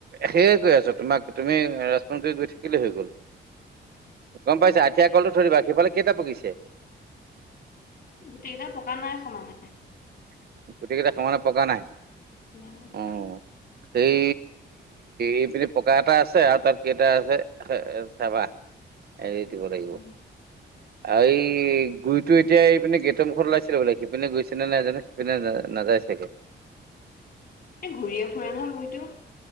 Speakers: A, on the right (about 55°); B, on the left (about 45°).
A: সেয়ে কৈ আছো তোমাক, তুমি ৰাজতে গৈ থাক কেলে হৈ গল, গম পাইছে, আঠিয়া কলটো থৈ দিবা, সিফালে কেইটা পকিছে?
B: গোটেই, কেইটা পকা নাই সমানে।
A: গোটেইকেইটা সমানে পকা নাই
B: নাই পকা
A: অ', সেই এইপিনে পকা এটা আছে আৰু তাত কেইটা আছে চাবা। এৰি দিব লাগিব।
B: উম
A: আৰু এই গুইটো এতিয়া এই মানে গেটৰ মুখত ওলাইছিলে বোলে সিপিনে গৈছেনে নাই জানো। পিনে নাজায় চাগে।
B: এ ঘূৰিয়ে ফুৰে নহয় ঘৰিটো।